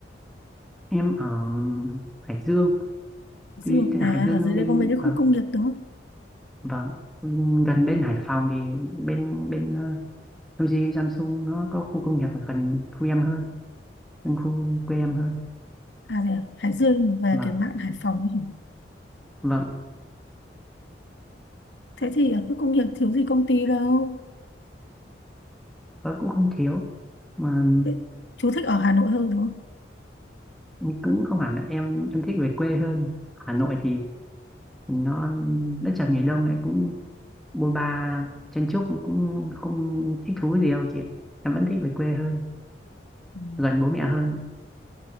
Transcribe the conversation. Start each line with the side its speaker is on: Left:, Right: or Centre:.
Centre: em ở Hải Dương
Left: Hải
Centre: tuy
Left: Dương.
Centre: tuy
Left: À,
Centre: Hải Dương
Left: ở dưới đây
Centre: bên
Left: có mấy cái khu
Centre: vâng
Left: công nghiệp đúng không?
Centre: vâng ừ, gần bên Hải Phòng thì bên bên ờ, LG Samsung nó có khu công nghiệp ở gần khu em hơn gần khu quê em hơn
Left: À, thế à? Hải Dương về
Centre: vâng
Left: cái mạn Hải Phòng ấy hả?
Centre: vâng
Left: Thế thì ở khu công nghiệp thiếu gì công ty đâu.
Centre: nó cũng không thiếu mà
Left: Thế, chú thích ở Hà Nội hơn đúng không?
Centre: cũng không hẳn ạ. em em thích về quê hơn Hà Nội thì nó đất chật người đông lại cũng bôn ba chen chúc cũng không thích thú gì đâu chị ạ em vẫn thích về quê hơn
Left: Ừ.
Centre: gần bố mẹ hơn